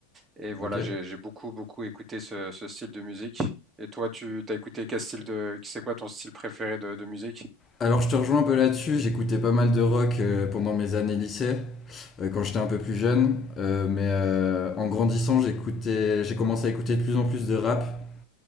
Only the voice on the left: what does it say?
Ok.
Alors je te rejoins un peu là-dessus, j'écoutais pas mal de rock euh, pendant mes années lycée, euh, quand j'étais un peu plus jeune, Euh, mais euh, en grandissant j'écoutais, j'ai commencé à écouter de plus en plus de rap.